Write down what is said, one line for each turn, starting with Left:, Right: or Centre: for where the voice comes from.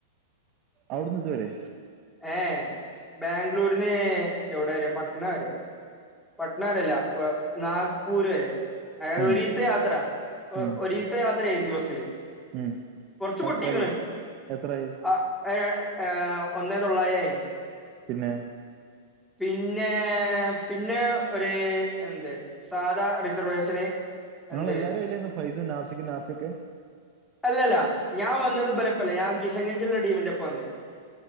Right: അവിട്ന്ന് ത് വരെ.
Centre: ഏയേ ബാംഗ്ലൂര്ന്ന് എവിടെരെ പട്ട്ണ വരെ. പട്നെരല്ല വഹ് നാഗ്പൂര് വരെ. അതാത്
Right: ഉം
Centre: ഒരീസ്ത്തെ യാത്ര ഒ
Right: ഉം
Centre: ഒരീസ്ത്തെ യാത്ര ഏ സി ബസ്സില്.
Right: ഉം
Centre: കൊർച്ച്
Right: അതെത്രായി
Centre: പൊട്ടീക്ണ്ണ
Right: എത്രായി
Centre: ആഹ് ഏ ഏ ഒന്നേതൊള്ളായിരേര്ന്
Right: പിന്നെ.
Centre: പിന്നേ പിന്നെ ഒരു എന്ത് സാധാ റിസർവേഷന്
Right: ങ്ങൾ
Centre: എന്ത്
Right: എല്ലാരും അയ്ലേന്ന് ഫൈസ് നാസിക് നാഫിക്ക്.
Centre: അല്ലല്ല ഞാവന്നത് ഇബലപ്പല്ല ഞാൻ കിഷൻഗഞിള്ള ടീമിന്റൊപ്പാവന്നത്.